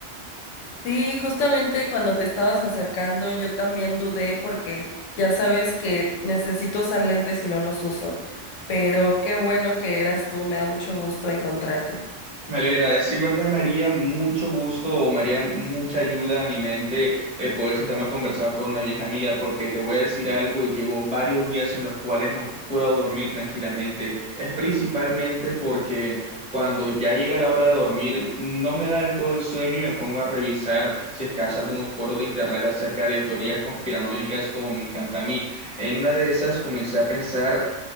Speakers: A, on the left (about 85°); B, in the centre.
A: Sí, justamente cuando te estabas acercando yo también dudé porque ya sabes que necesito usar lentes y no los uso, pero qué bueno que eras tú, me da mucho gusto encontrarte.
B: Me alegra, es sí, verdad, María, mucho gusto o María, mucha ayuda a mi mente eh, poder sentarme a conversar con una vieja amiga, porque te voy a decir algo, llevo varios días en los cuales no puedo dormir tranquilamente. Es principalmente porque cuando ya llega la hora de dormir, no me da del todo el sueño y me pongo a revisar, si es que acaso, algunos foros de internet acerca de teorías conspiranoicas como me encanta a mí. En una de esas comencé a pensar.